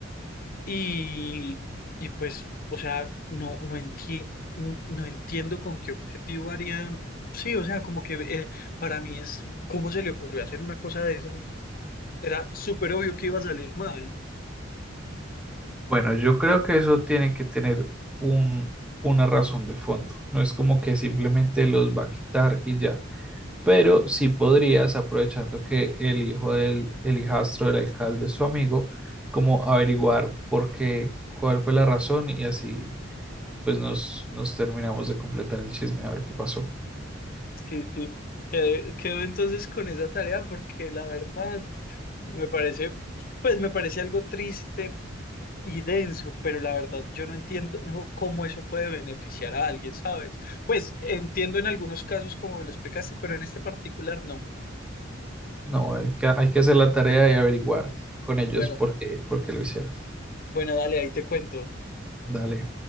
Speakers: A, on the left (about 45°); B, in the centre.
A: Y, y pues, o sea, no, no enti- no entiendo con qué objetivo harían. Sí, o sea, como que eh, para mí es, ¿cómo se le ocurrió hacer una cosa de esas? Era súper obvio que iba a salir mal.
B: Bueno, yo creo que eso tiene que tener un, una razón de fondo. No es como que simplemente los va a quitar y ya. Pero sí podrías, aprovechando que el hijo del, el hijastro del alcalde es tu amigo, como averiguar por qué, cuál fue la razón y así pues nos, nos terminamos de completar el chisme a ver qué pasó.
A: Sí, sí, quedé, quedo entonces con esa tarea porque la verdad me parece, pues me parece algo triste y denso, pero la verdad yo no entiendo no, cómo eso puede beneficiar a alguien, ¿sabes? Pues entiendo en algunos casos como me lo explicaste, pero en este particular no.
B: No, hay que, hay que hacer la tarea y averiguar con ellos
A: Bueno,
B: por qué, por qué lo hicieron.
A: bueno, dale, ahí te cuento.
B: Dale.